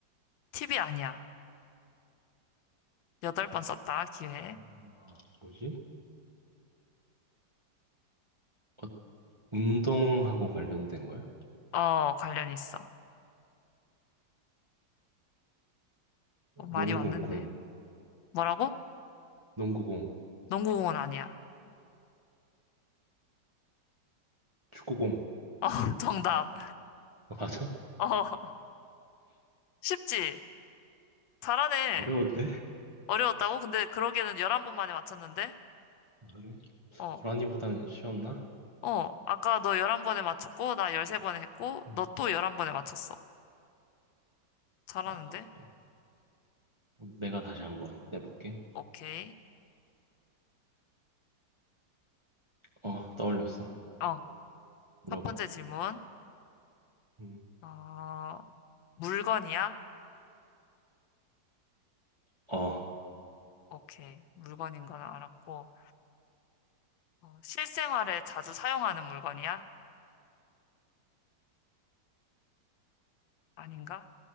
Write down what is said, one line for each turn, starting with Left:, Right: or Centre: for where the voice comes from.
Left: 티비 아니야. 여덟 번 썼다, 기회.
Right: 아, 뭐지? 어, 운동하고 관련된 거야?
Left: 어, 관련 있어. 어, 많이
Right: 농구
Left: 왔는데.
Right: 공,
Left: 뭐라고?
Right: 농구 공,
Left: 농구공원 아니야.
Right: 축구 공.
Left: 어, <laughs> 정답.
Right: 어, 맞아? <laughs>
Left: 어, 쉽지? 잘하네.
Right: 어려운데?
Left: 어려웠다고? 근데 그러기에는 11번 만에 맞췄는데?
Right: 아, 그래?
Left: 어,
Right: 고라니보다는 쉬웠나?
Left: 어. 아까 너 11번에 맞췄고, 나 13번에 했고,
Right: 음.
Left: 너 또 11번에 맞췄어. 잘하는데?
Right: 아, 어, 내가 다시 한번 내볼게.
Left: 오케이.
Right: 어, 떠올렸어.
Left: 어,
Right: 물어봐.
Left: 첫 번째 질문.
Right: 음,
Left: 어, 물건이야?
Right: 어,
Left: 오케이. 물건인 건 알았고, 어, 실생활에 자주 사용하는 물건이야? 아닌가?